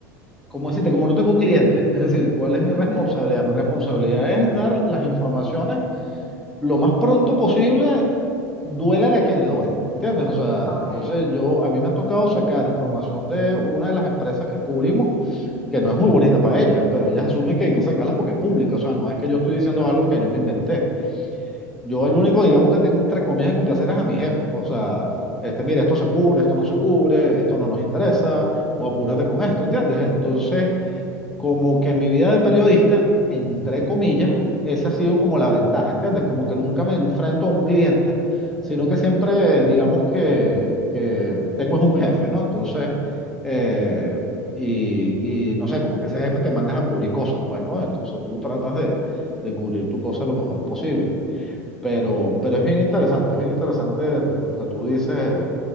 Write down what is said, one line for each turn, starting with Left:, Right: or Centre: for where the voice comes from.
Centre: cómo decirte, como no tengo clientes, es decir, ¿cuál es mi
Left: Ujú,
Centre: responsabilidad? Mi responsabilidad es dar las informaciones lo más pronto posible, duélale a quien le duele, ¿entiendes? O sea,
Left: Ok,
Centre: entonces yo, a mí me ha tocado sacar información de una de las empresas que cubrimos, que no es muy bonita para ellas, pero ellas asumen que hay que sacarla porque es pública, o sea, no es que yo estoy diciendo
Left: ok.
Centre: algo que yo me inventé. Yo el único, digamos, que tengo entre comillas que complacer es a mi jefe. pues, o sea, este, mira, esto se cubre, esto no se cubre, esto no nos interesa, o apúrate con esto, ¿entiendes? Entonces, como que en mi vida de periodista, entre comillas, esa ha sido como la ventaja, ¿entiendes? Como que nunca me enfrento a un cliente, sino que siempre, digamos, que, que tengo es un jefe, ¿no? Entonces, eh, y, y no sé, como que ese jefe te mandas a cubrir cosas, pues, ¿no? Entonces tú tratas de, de cubrir tu cosa lo mejor posible. Pero, pero es bien interesante, es bien interesante lo que tú dices,